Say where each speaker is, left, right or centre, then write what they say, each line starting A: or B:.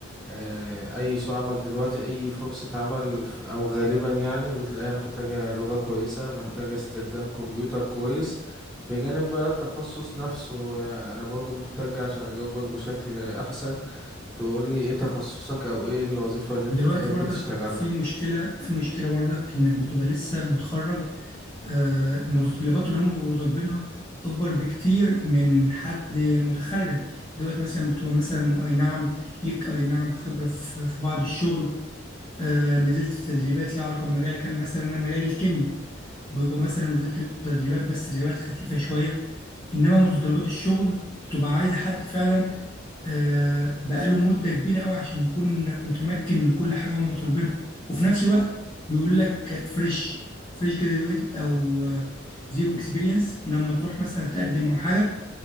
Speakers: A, in the centre; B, on the left.
A: آه، اي سوق عمل دلوقتي اي فرصة عمل ف- او غالبا يعني بتلاقيها محتاجة لغة كويسة محتاجة استخدام كمبيوتر كويس بجانب بقى التخصص نفسه آه، انا برضو محتاج عشان اجاوبك بشكل احسن تقولي ايه تخصصك او ايه الوظيفة اللي
B: ودلوقتي
A: انت تحب
B: برضك
A: تشتغلها
B: في مشكله في مشكله برضك انك بتبقى لسه متخرج آه، المتطلبات اللي هم بيبقوا طالبينها اكبر بكتير من حد متخرج دلوقتي مثلا بتبقى مثلا اي نعم ليك اي نعم خبره في في بعض الشغل آه، نزلت تدريبات ليها علاقه بمجالك أنا مثلا انا مجالي الكيمياء بيبقى مثلا نزلت تدريبات بس تدريبات خفيفه شويه انما متطلبات الشغل بتبقى عايزه حد فعلا آه، بقاله مدة كبيرة قوي عشان يكون متمكن من كل حاجة هم طالبينها وفي نفس الوقت بيقول لك فريش فريش جراديويتد او زيرو اكسبيرينس ولما تروح مثلا تقدم او حاجة